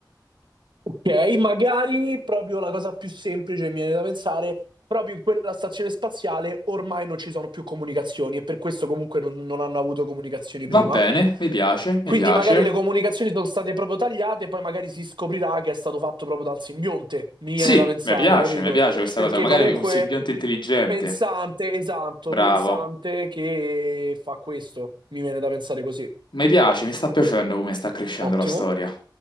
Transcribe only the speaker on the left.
Va bene, mi piace, mi
piace.
Sì,
mi piace,
mi piace questa
cosa. Magari
un simbionte intelligente.
Bravo.
Mi piace, mi sta piacendo come sta crescendo
la storia.